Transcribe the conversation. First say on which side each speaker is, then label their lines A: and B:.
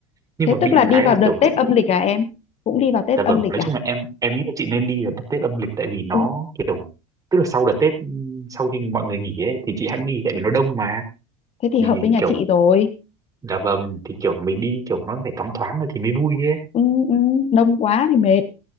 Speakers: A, on the right; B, on the left.
A: nhưng
B: thế
A: mà
B: tức
A: bị
B: là
A: một
B: đi
A: cái
B: vào
A: là
B: đợt
A: kiểu
B: Tết
A: chị
B: âm lịch à em cũng đi vào Tết
A: dạ
B: âm
A: vâng
B: lịch
A: nói
B: à
A: chung là em em nghĩ là chị nên đi ở đợt Tết âm lịch tại vì nó
B: ừ
A: kiểu tức là sau đợt Tết ừm, sau khi mọi người nghỉ ấy thì chị hẵng đi tại vì nó đông mà
B: thế thì
A: thì
B: hợp với nhà
A: kiểu
B: chị rồi
A: dạ vâng thì kiểu mình đi kiểu nó phải thoáng thoáng rồi thì mới vui ấy
B: ừ, ừ, đông quá thì mệt